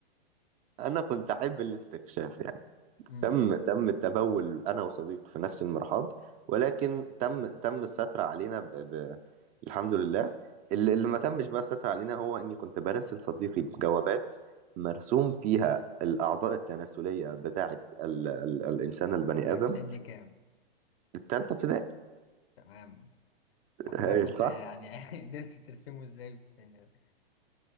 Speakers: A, on the right (about 25°); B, on the left (about 70°).
A: انا كنت احب الاستكشاف يعني
B: امم
A: تم تم التبول انا وصديق في نفس المرحاض ولكن تم تم الستر علينا ب... ب... الحمد لله اللي اللي ما تمش بقى الستر علينا هو اني كنت برسل صديقي بجوابات مرسوم فيها الاعضاء التناسليه بتاعه ال... ال... الانسان البني
B: ده
A: ادم
B: في سن كام
A: التالتة ابتدائي
B: تمام حضرتك
A: هايل
B: كنت
A: صح
B: يعني <laughs> قدرت ترسمه ازاي في سن